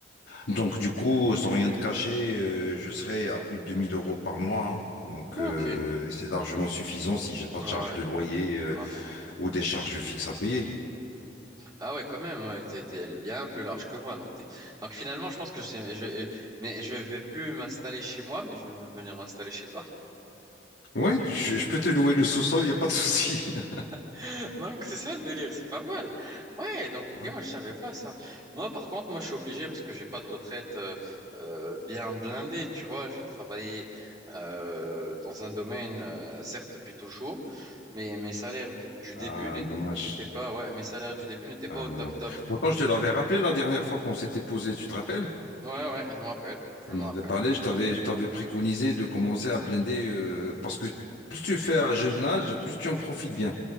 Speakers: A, on the left (about 75°); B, on the right (about 25°).
A: Donc, du coup,
B: Ok.
A: sans rien te cacher, euh, je serai à plus de 2000 euros par mois. hein. Donc,
B: Ok.
A: euh, et c'est largement suffisant si j'ai pas
B: Ouais.
A: de charge de loyer euh,
B: Ah
A: ou des charges fixes à payer.
B: ah ouais, quand même, ouais, t'es, t'es elle est bien plus large que moi. Donc, t'es- donc finalement, je pense que je sais je, mais je vais plus m'installer chez moi, mais je vais venir m'installer chez toi.
A: Ouais, je, je peux te louer le sous-sol, il n'y a pas de souci. <laughs>
B: <laughs> Donc, c'est ça le délire, c'est pas mal. Ouais, donc, ok,
A: Ouais.
B: moi, je savais pas ça. Moi, par contre, moi, je suis obligé parce que j'ai pas de retraite euh, euh, bien blindée, tu vois. J'ai travaillé euh, dans un domaine, euh, certes, depuis toujours, mais mes salaires d- du
A: Ah,
B: début n'é-
A: dommage.
B: n'étaient pas, ouais, mes salaires du début n'étaient pas
A: Ah,
B: au top
A: dommage.
B: top.
A: Pourtant, je te l'avais rappelé la dernière fois qu'on s'était posé, tu te rappelles?
B: Ouais, ouais, je me rappelle, je
A: On
B: me rappelle.
A: avait parlé, je t'avais, je t'avais préconisé de commencer à blinder euh, parce que plus tu fais à jeune âge, plus tu en profites bien.